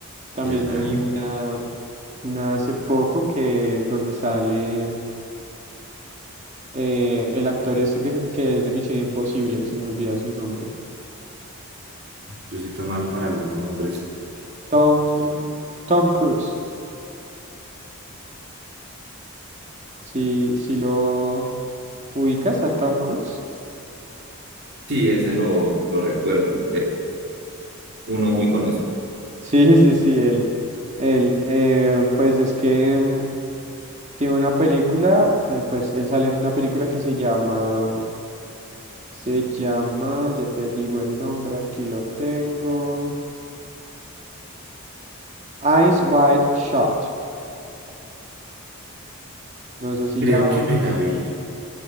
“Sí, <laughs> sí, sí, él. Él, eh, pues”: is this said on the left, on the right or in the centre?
Right